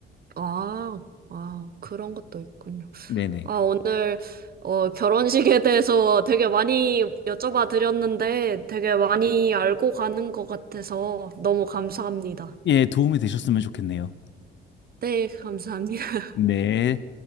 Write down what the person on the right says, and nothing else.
아, 아, 그런 것도 있군요.
아, 오늘, 어, 결혼식에 대해서 되게 많이 여쭤봐 드렸는데 되게 많이 알고 가는 것 같아서 너무 감사합니다.
네, 감사합니다.